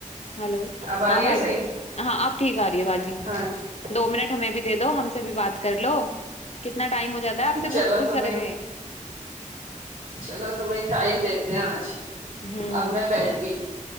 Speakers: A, on the left (about 50°); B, on the right (about 80°).
A: ہلو
B: اب آ
A: ہاں
B: رہی ہے
A: باجی
B: صحیح
A: ہاں اب ٹھیک آ رہی ہے باجی
B: ہاں جی
A: دو منٹ ہمیں بھی دے دو ہم سے بھی بات کر لو کتنا ٹائم ہو جاتا ہے آپسے
B: چلو
A: گفتگو
B: تمہیں
A: کرے تھے
B: چلو تمہیں ٹائم دیتے ہیں آج
A: ہوں
B: اب میں بیٹھ گئی